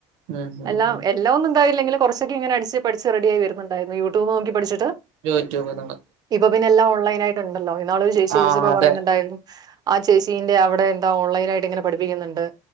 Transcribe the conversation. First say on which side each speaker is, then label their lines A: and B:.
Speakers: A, on the right; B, on the right.
A: ഉം ഉം
B: അല്ല
A: ഉം
B: എല്ലാം ഒന്നും ഉണ്ടായില്ലെങ്കിലും, കുറച്ചൊക്കെ ഇങ്ങനെ അടിച്ച് പഠിച്ച് റെഡിയായി വരുന്നുണ്ടായിരുന്നു. യൂട്യൂബ് നോക്കി പഠിച്ചിട്ട്.
A: യൂട്യൂബിൽ
B: ഇപ്പൊ പിന്നെ എല്ലാം ഓൺലൈൻ ആയിട്ടുണ്ടല്ലോ. ഇന്നാള് ഒരു ചേച്ചി
A: ആഹ്
B: വിളിച്ചപ്പോ
A: അതെ
B: പറയുന്നുണ്ടായിരുന്നു. ആ ചേച്ചി അവിടെ എന്താ ഓൺലൈനായിട്ട് ഇങ്ങനെ പഠിപ്പിക്കുന്നുണ്ട്.